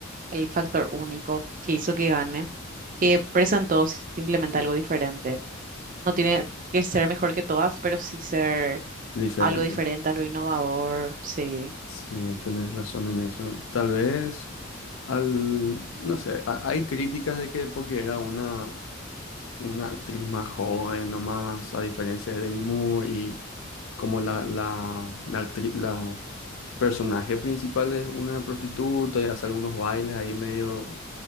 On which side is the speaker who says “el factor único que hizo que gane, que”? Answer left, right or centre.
Right